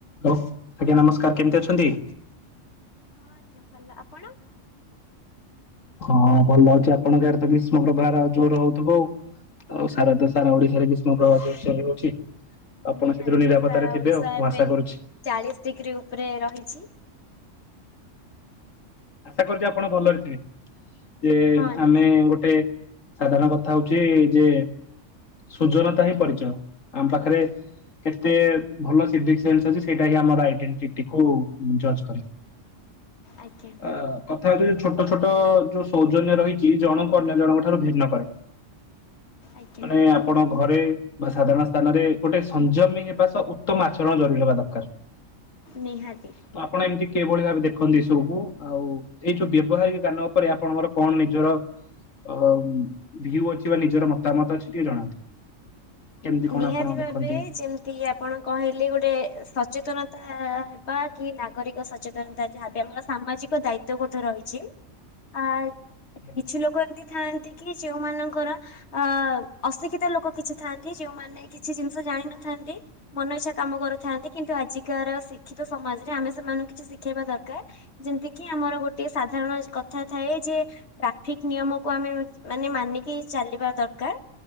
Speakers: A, on the left; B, on the left.
A: Hello ଆଜ୍ଞା ନମସ୍କାର କେମିତି ଅଛନ୍ତି?
B: ହଁ ଆଜ୍ଞା ଭଲ। ଆପଣ?
A: ହଁ ଭଲ ଅଛି। ଆପଣଙ୍କ ଆଡ଼େ ତ ଗ୍ରୀଷ୍ମ ପ୍ରବାହ ଜୋର ହଉଥିବ ଆଉ। ଆଉ ସାରା ଦେ ସାରା ଓଡିଶାରେ ଗ୍ରୀଷ୍ମ ପ୍ର୍ରବାହ ଜୋର ସୋର ହଉଛି। ଆପଣ
B: ନିହାତି
A: ସେଥିରୁ ନିରାପତ୍ତାରେ
B: ସାରା
A: ଥିବେ
B: ଓଡିଶା
A: ଆଉ ମୁଁ
B: ଏବେ
A: ଆଶା କରୁଛି।
B: ଚାଳିଶ ଡିଗ୍ରୀ ଉପରେ ରହିଛି।
A: ଆଶା କରୁଛି ଆପଣ ଭଲରେ ଥିବେ? ଯେ
B: ହଁ ନିହାତି
A: ଆମେ ଗୋଟେ। ସାଧାରଣ କଥା ହଉଚି ଯେ। ସୁଜନତା ହିଁ ପରିଚୟ। ଆମ ପାଖରେ କେତେ ଭଲ <unintelligible> ଅଛି? ସେଇଟା ହିଁ ଆମର ଆଇଡେଣ୍ଟିକୁ ଜଜ କରେ।
B: ଆଜ୍ଞା
A: ଆ କଥା ହେଉଛି ଯେ ଛୋ ଛୋଟ ଛୋଟ ଯୋଉ ସୌଜନ୍ୟ ରହିଛି ଜଣଙ୍କୁ ଅନ୍ୟ ଜଣଙ୍କ ଠାରୁ ଭିନ୍ନ କରେ।
B: ଆଜ୍ଞା
A: ମାନେ ଆପଣ ଘରେ ବା ସାଧାରଣ ସ୍ଥାନରେ ଗୋଟେ ସଂଯମୀ ହେବା ସହ, ଉତ୍ତମ ଆଚରଣ ଜରୁରୀ ହେବା ଦରକାର।
B: ନିହାତି।
A: ତ ଆପଣ ଏମିତି କିଭଳି ଭାବେ ଦେଖନ୍ତି ଏ ସବୁକୁ? ଆଉ ଏଇ ଯୋଉ ବ୍ୟବହାରିକ ଜ୍ଞାନ ଉପରେ ଆପଣଙ୍କର କଣ ନିଜର ଅ ଭ୍ୟୁ ଅଛି ବା ନିଜର ମତାମତ ଅଛି? ଟିକେ ଜଣାନ୍ତୁ। କେମିତି କଣ
B: ନିହାତି
A: ଆପଣ
B: ଭାବେ।
A: ଦେଖନ୍ତି?
B: ଯେମିତି ଆପଣ କହିଲେ ଗୋଟେ ସଚେତନତା ହେବା, କି ନାଗରିକ ସ ସଚେତନତା ଯାହାବି ଆମର ସାମାଜିକ। ଦାୟିତ୍ୱବୋଧ ରହିଛି। ଛି।
A: ଆଜ୍ଞା।
B: କିଛି ଲୋକ ଏମିତି । ଥାନ୍ତି କି ଯୋଉମାନଙ୍କର ଆ ଅଶିକ୍ଷିତ ଲୋକ କିଛି ଥାନ୍ତି। ଯୋଉମାନେ କିଛି ଜିନିଷ ଜାଣିିନଥାନ୍ତି। ମନ ଇଚ୍ଛା କାମ କରୁଥାନ୍ତି କିନ୍ତୁ, ଆଜିକାର ଶିକ୍ଷିତ ସମାଜରେ ଆମେ ସେମାନଙ୍କୁ କିଛି ଶିଖେଇବା ଦରକାର। ଯେମତି କି ଆମର ଗୋଟେ ସାଧାରଣ କଥା ଥାଏ, ଯେ ଟ୍ରାଫିକ ନିୟମକୁ ଆମେ ମାନେ ମାନିକି ଚାଲିବା ଦରକାର।